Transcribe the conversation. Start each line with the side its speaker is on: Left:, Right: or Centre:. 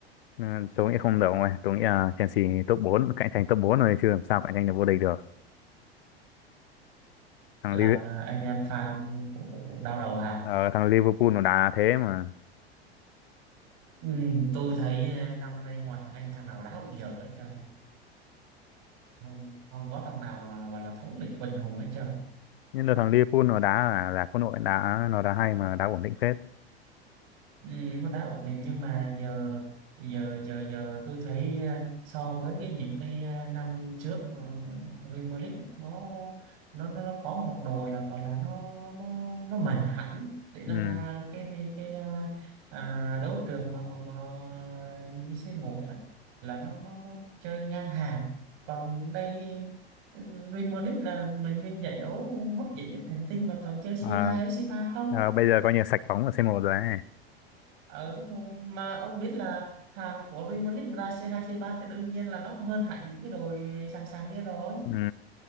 Left: ừ, tôi nghĩ không được rồi tôi nghĩ là Chelsea top bốn cạnh tranh top 4 rồi chứ làm sao cạnh tranh được vô địch được thằng
Right: làm
Left: Liv-
Right: à, anh em fan cũng cũng, cũng đau đầu à
Left: Ờ, thằng Liverpool nó đá thế mà
Right: ừ, tôi thấy à, năm nay ngoài thằng anh thằng nào đá cũng dở hết trơn không không có thằng nào mà gọi là thống lĩnh quần hùng hết trơn
Left: nhưng là thằng Liverpool nó đá là là quân đội đá nó đá hay mà đá ổn định phết
Right: Ừ, nó đã ổn định nhưng mà giờ giờ giờ giờ tôi thấy ờ, so với cái những cái ờ, năm trước ờ, Premier League á, nó nó nó nó có một đồ là còn là nó nó nó mạnh hẳn để nó
Left: ừ.
Right: ra cái cái ờ, à, đấu trường mà mà mà C1 á, là nó, nó nó chơi ngang hàng còn đây Premier League là mình như giải đấu hấp dẫn nhất hành tinh mà toàn chơi c
Left: Ờ,
Right: hai với c ba không
Left: ờ, bây giờ coi như sạch bóng ở C1 rồi ấy.
Right: Ờ đúng rồi mà ông biết là hàng của Real Madrid ra c hai c ba thì đương nhiên là nó hơn hẳn những cái đồi sàng sàng kia rồi
Left: Ừ.